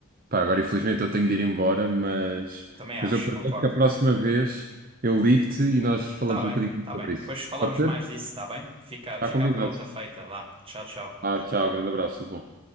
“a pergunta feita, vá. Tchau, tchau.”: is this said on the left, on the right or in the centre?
Right